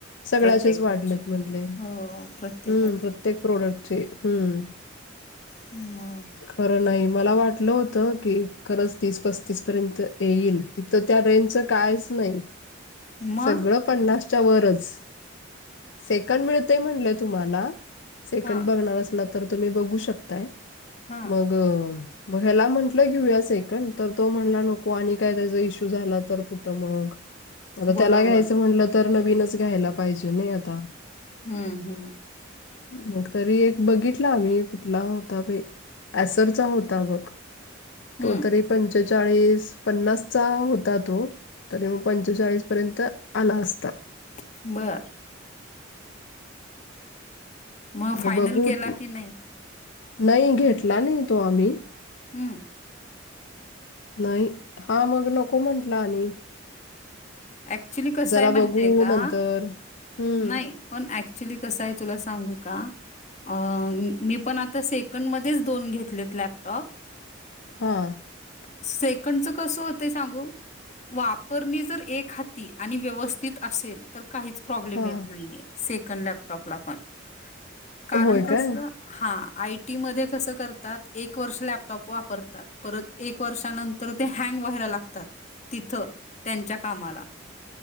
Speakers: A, on the left; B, on the left.
A: सगळ्याचेच
B: प्रत्येकाची
A: वाढलेत म्हटले म्म्
B: हो प्रत्येकाची
A: प्र्य ते प्रॉडक्टचे हम्म.
B: ह मग
A: खरं नाही मला वाटलं होतं की खरंच तीस पस्तीस पर्यंत येईल. तिथं त्या रेंजचं कायच नाही.
B: मग
A: सगळं पन्नासच्या वरच. सेकंड मिळतेय म्हणलेय तुम्हाला. सेकंड
B: हा
A: बघणार असला तर तुम्ही बघू शकताय.
B: हा
A: मग मग ह्याला म्हटलं घेऊया सेकंड तर तो म्हणला नको आणि काय त्याचा इश्यू झाला. तर कुठं मग. आता
B: बरोबर
A: त्याला घ्यायचं म्हटलं तर, नवीनच घ्यायला पाहिजे नाही आता.
B: हम्म, हम्म.
A: मग तरी एक बघितला आम्ही कुठला होता प ॲसरचा होता बघ तो
B: हम्म
A: तरी पंचेचाळीस पन्नासाव्या तो. तरी मग पंचेचाळीस पर्यंत आला असता.
B: <inaudible> बर. मग
A: हं
B: फायनल
A: <inaudible> बघुत
B: केला की नाही
A: नाही घेतला नाही तो आम्ही.
B: हम्म.
A: नाही हा मग नको म्हटला आणि
B: ऍक्च्युली कसं
A: जरा
B: आहे
A: बघू
B: माहती आहे का?
A: नंतर हं.
B: नाही पण ऍक्च्युली आहे तुला सांगु का? अ मी पण आता सेकंडमध्येध्येच दोन घेतलेत लॅपटॉप.
A: हां.
B: सेकंडच कसं होतय सांगू? वापरणी जर एक हाती आणि, व्यवस्थित असेल तर काहीच प्रॉब्लेम
A: हां
B: येत नाहीे. सेकंड लॅपटॉपला पण कारण
A: होय
B: कसं?
A: काय
B: हा आयटी मध्ये कसं करतात? एक वर्ष लॅपटॉप वापरतात परत एक वर्षानंतर ते हँग व्हायला लागतात. तिथं त्यांच्या कामाला.